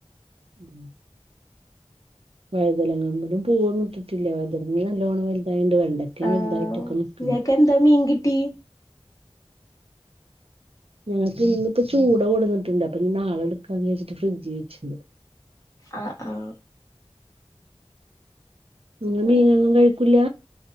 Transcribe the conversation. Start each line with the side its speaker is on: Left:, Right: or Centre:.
Right: ഉം വഴുതലങ്ങമ്പഴും പൂവൊന്നും ഇട്ടിട്ടില്ല വഴുതനങ്ങ നല്ലോണം വലുതായണ്ട്. വെണ്ട- ക്ക
Left: ആഹ്
Right: വലുതായിട്ട്ക്ക നിക്കണ്.
Left: നിങ്ങക്ക് എന്താ മീൻകിട്ടി
Right: ഞങ്ങൾക്ക് ഇന്നിപ്പ ചൂട കൊടുന്നട്ടണ്ട്. പ്പൊ ഇനി നാളെ എടുക്കാന്ന് വെച്ചിട്ട ഫ്രഡ്ജി വെച്ചിണ്ട്
Left: ആഹ് ആഹ്
Right: നിങ്ങ മീനൊന്നും
Left: അങ്ങനെ
Right: കഴിക്കൂല്ല.